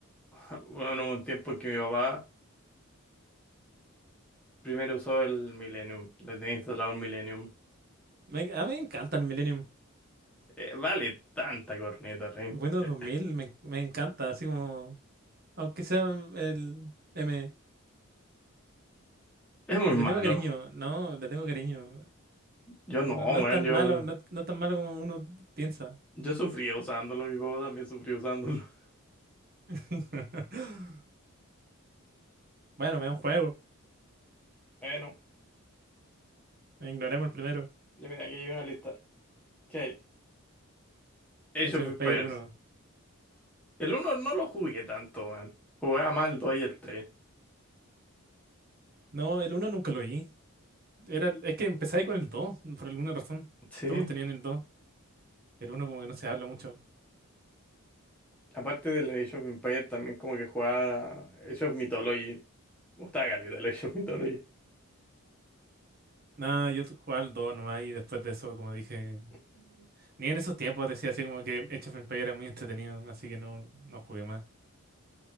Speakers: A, in the centre; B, on the right.
A: <laughs> bueno, hubo un tiempo en que mi papá primero usó el Millennium. Le tenía instalado el Millennium.
B: Me, en- a mí me encanta el Millennium.
A: Eh, vale tanta corneta, Ren.
B: Windows
A: Eh,
B: 2000 me, me encanta, así como. Aunque sea el M,
A: Es muy
B: le
A: malo.
B: tengo cariño, no, le tengo cariño.
A: Yo no,
B: No,
A: weón,
B: no es tan
A: yo,
B: malo, no, no es tan malo como uno piensa.
A: yo sufría usándolo. Mi papá también sufrió usándolo. <laughs>
B: <laughs> Bueno, vean un juego.
A: Bueno,
B: Ignoremos el primero.
A: ya mira, aquí hay una lista. ¿Qué hay? Age
B: Age
A: of
B: of
A: Empires.
B: Empires uno.
A: El uno no lo jugué tanto, weón. Jugaba más el 2 y el 3.
B: No, el uno nunca lo vi. Era, el- es que empecé ahí con el dos. por alguna razón.
A: Sí.
B: Todos tenían el 2. El uno como que no se habla mucho.
A: Aparte del Age of Empires, también como que jugaba Age of Mythology. Me gustaba caleta el Age of Mythology.
B: Nada, yo jugaba al 2 nomás y después de eso, como dije,
A: <laughs>
B: ni en esos tiempos decía así como que Age of Empires era muy entretenido, así que no, no jugué más.